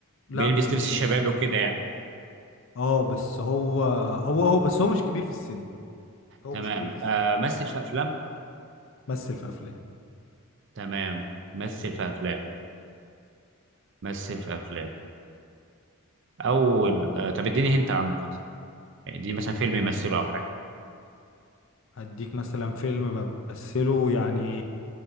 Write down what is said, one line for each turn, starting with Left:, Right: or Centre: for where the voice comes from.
Left: لا
Right: بيلبس
Left: مش
Right: لبس الشباب
Left: مش
Right: وكده يعني
Left: اه بس هو هو هو بس هو مش كبير في السن هو
Right: تمام
Left: مش كبير في السن
Right: آه مثل في افلام
Left: مثل في افلام
Right: تمام مثل في افلام مثل في افلام اول آه طب اديني هنت عنه كده يعني اديني مثلا فيلم يمثله
Left: مم.
Right: او حاجة
Left: هديك مثلا فيلم مثله يعني